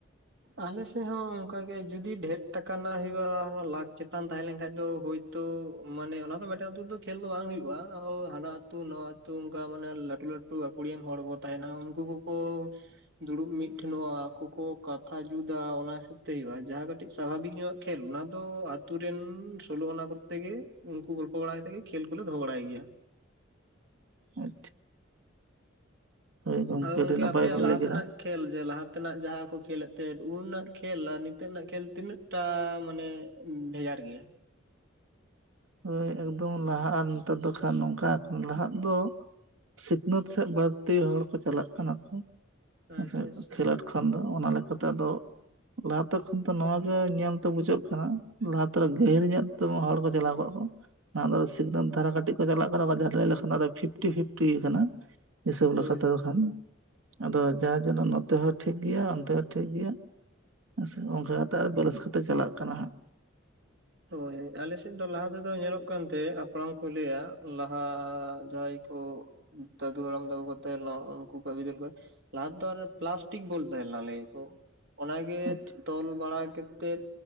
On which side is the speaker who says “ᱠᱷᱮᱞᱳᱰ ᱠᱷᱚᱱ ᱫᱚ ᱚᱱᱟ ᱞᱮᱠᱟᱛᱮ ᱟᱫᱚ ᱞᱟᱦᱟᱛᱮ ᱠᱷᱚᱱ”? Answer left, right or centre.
Right